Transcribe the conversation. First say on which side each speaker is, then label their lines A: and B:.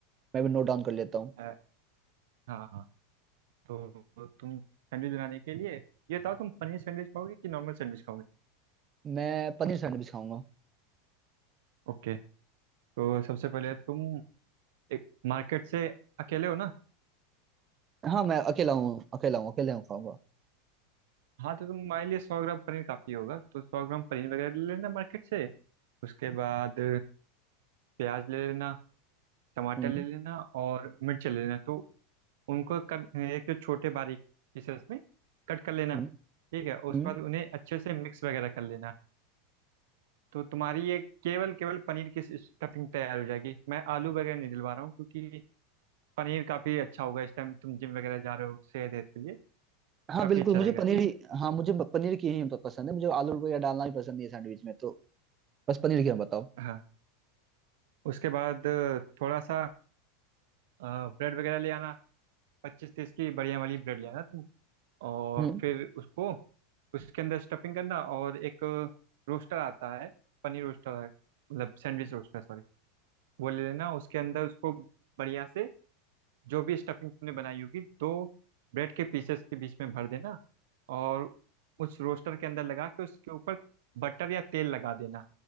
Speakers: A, on the right; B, on the right.
A: मैं भी नोट डाउन कर लेता हूँ
B: अ, हाँ हाँ तो तुम सैंडविच बनाने के लिए ये बताओ तुम पनीर सैंडविच खाओगे कि नॉर्मल सैंडविच खाओगे
A: मैं पनीर सैंडविच खाऊंगा
B: ओके तो सबसे पहले तुम एक मार्केट से अकेले हो ना
A: हाँ मैं अकेला हूँ अकेला हूँ अकेला हूँ खाऊंगा
B: हाँ तो तुम्हारे लिए सौ ग्राम पनीर काफ़ी होगा तो सौ ग्राम पनीर वगैरह ले लेना मार्केट से उसके बाद प्याज ले लेना टमाटर
A: हम्म
B: ले लेना और मिर्च ले लेना तो उनको कर, एक छोटे बारीक पीसेस में कट कर लेना
A: हम्म
B: ठीक है
A: हम्म
B: उसके बाद उन्हें अच्छे से मिक्स वगैरह कर लेना तो तुम्हारी ये केवल केवल पनीर की स्टफिंग तैयार हो जाएगी मैं आलू वगैरह नहीं डलवा रहा हूँ क्योंकि पनीर काफ़ी अच्छा होगा इस टाइम तुम जिम वगैरह जा रहे हो सेहत हेतु के लिए
A: हाँ
B: काफ़ी
A: बिल्कुल
B: अच्छा
A: मुझे
B: रहेगा
A: पनीर
B: ठीक है
A: ही
B: ना
A: हाँ मुझे ब- पनीर की ही प- पसंद है मुझे आलू वगैरह डालना भी पसंद नहीं है सैंडविच में तो बस पनीर की हम बताओ
B: हाँ उसके बाद अ, थोड़ा सा ब्रेड वगैरह ले आना पच्चीस तीस की बढ़िया वाली ब्रेड ले आना तुम और
A: हम्म
B: फिर उसको उसके अंदर स्टफिंग करना और एक रोस्टर आता है पनीर रोस्टर है मतलब सैंडविच रोस्टर सॉरी वो ले लेना उसके अंदर उसको बढ़िया से जो भी स्टफिंग तुमने बनाई होगी दो ब्रेड के पीसेस के बीच में भर देना और उस रोस्टर के अंदर लगा के उसके ऊपर बटर या तेल लगा देना